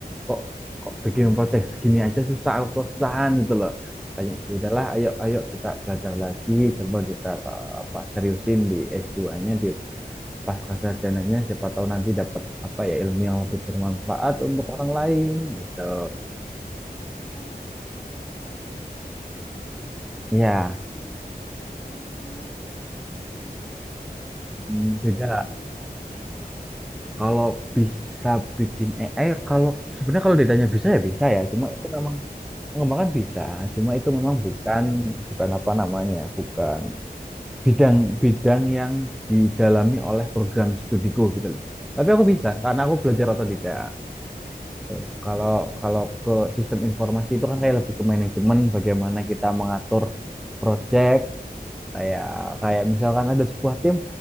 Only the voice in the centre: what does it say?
kok kok bikin project segini aja susah aku kesusahan gitu loh kayak ya
udahlah ayo ayo kita belajar lagi coba kita eh, apa seriusin di s dua nya di pasca sarjananya siapa tahu nanti dapat apa ya ilmu yang lebih bermanfaat untuk
orang lain
gitu
Iya,
Hmm.
beda lah.
Kalau bisa bikin AI, kalau sebenarnya kalau ditanya bisa ya bisa ya. Cuma
itu memang
pengembangan bisa. Cuma itu memang
bukan
bukan apa namanya, ya, bukan
bidang-bidang yang didalami oleh program studiku gitu loh. Tapi aku bisa
karena aku belajar otodidak.
Tuh. Kalau kalau ke sistem informasi itu kan kayak lebih ke manajemen, bagaimana kita mengatur proyek, kayak
kayak misalkan ada sebuah tim